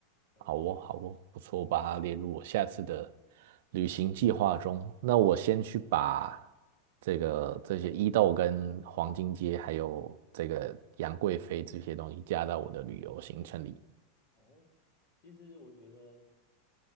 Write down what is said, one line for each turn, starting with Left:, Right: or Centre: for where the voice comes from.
Left: 哦
Right: 好哦好哦，不错，我把它列入我下次的旅行计划中。那我先去把这个这些伊豆跟黄金街还有这个杨贵妃这些东西加到我的旅游行程里。
Left: 哦，其实我觉得，